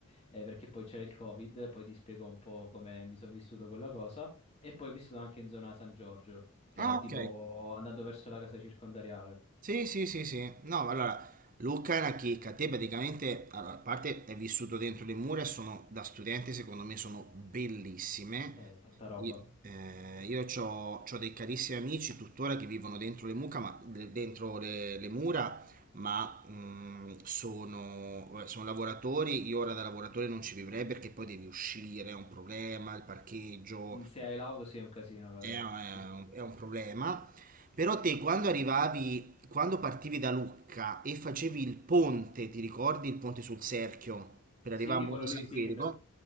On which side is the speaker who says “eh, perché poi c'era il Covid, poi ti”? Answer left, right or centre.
Left